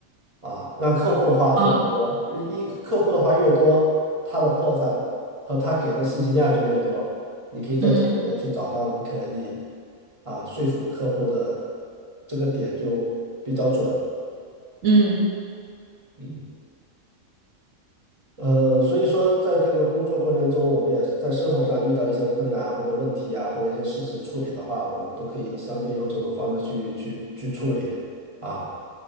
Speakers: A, on the right; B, on the right.
A: 啊，让客户的话特别多，
B: 啊
A: 一客户的话越多，他的破绽和他给的信息量就越多，你可以在这里面去找到你可以
B: 嗯
A: 啊说服客户的这个点就比较准，
B: 嗯
A: 嗯。呃，所以说，在这个工作过程中，我们也在生活上遇到一些困难或者问题啊，或者一些事情处理的话，我们都可以相对用这种方式去去去处理啊，